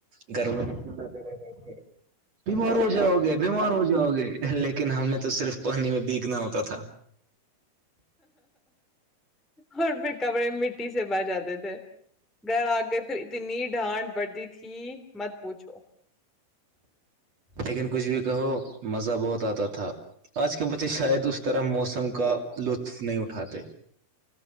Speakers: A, on the right; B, in the centre.
A: <unintelligible>
B: <inaudible>
A: بیمار ہو جاؤ گے بیمار ہو جاؤ گے لیکن ہم نے تو صرف پانی میں بیگنا ہوتا تھا
B: اور پھر کپڑے مٹی سے بھر جاتے تھے گھر آ گئے پھر اتنی ڈھانٹ پڑھتی تھی مت پوچھو
A: لیکن کچھ بھی کہو مزہ بہت آتا تھا آج کے بچے شاید اس طرح موسم کا لطف نہیں اٹھاتے